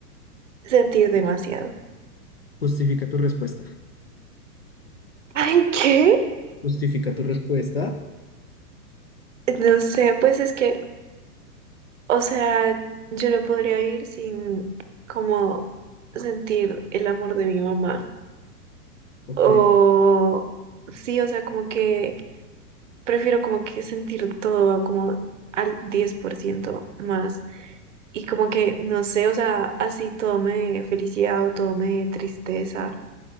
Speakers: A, on the right (about 50°); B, on the left (about 40°).
A: sentir demasiado.
B: Justifica tu respuesta.
A: <laughs> Ay, ¿qué?
B: Justifica tu respuesta.
A: No sé, pues es que, o sea, yo no podría vivir sin como sentir el amor de mi mamá.
B: Ok,
A: O sí, o sea, como que prefiero como que sentir todo como al 10% más. Y como que, no sé, o sea, así todo me dé felicidad o todo me dé tristeza.